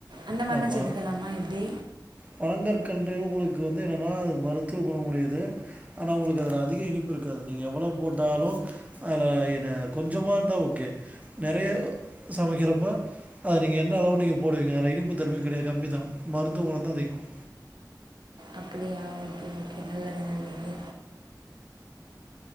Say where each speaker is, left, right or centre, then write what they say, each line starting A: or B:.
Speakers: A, on the right; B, on the right.
A: அந்த மாரிலா
B: ஆமாம்
A: சேத்துக்கலாமா எப்டி
B: பனங்கற்கண்டு உங்களுக்கு வந்து என்னன்னா மருத்துவ குணமுடையது ஆனா உங்களுக் அதில அதிக இனிப்பு இருக்காது நீங்க எவ்வளோவ் போட்டாலு ஆனா இது கொஞ்சமா இருந்தா ஓகே நெறைய சமைக்கிறப்ப அது நீங்க என்ன அளவு நீங்க போடுவீங்க அதுல இனிப்பு தன்மை கெடையா கம்மி தா மருத்துவ குணம் தா அதிகம் ம்
A: அப்படியா ஓகே ஓகே நல்லது நல்லது